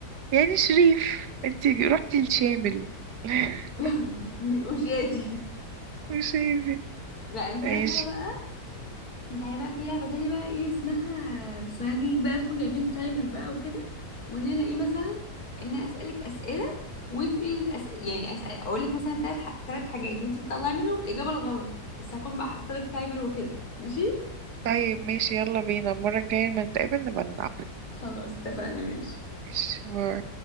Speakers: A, on the right (about 75°); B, on the left (about 60°).
A: يعني شريف انت رحتي الشامل <laughs>
B: <laughs> وشادي
A: مش عايزين
B: لا المرة
A: ماشي
B: الجاية انت عارف بقى في لعبة تانية بقى ايه اسمها بس ما نجي بقى نكون جايبين تايمر بقى وكده وان انا ايه مثلا ان انا اسألك اسئلة وانت تقولي الأس... يعني اسأل اقول لك مثلا ثلاث ح... ثلاث حاجات وانت تطلعي منهم الإجابة الغلط بس هكون بقى حاطه لك تايمر وكده ماشي
A: طيب ماشي يلا بينا المرة الجاية لما نتقابل نبقى نلعب
B: خلاص اتفقنا ماشي
A: ماشي باي.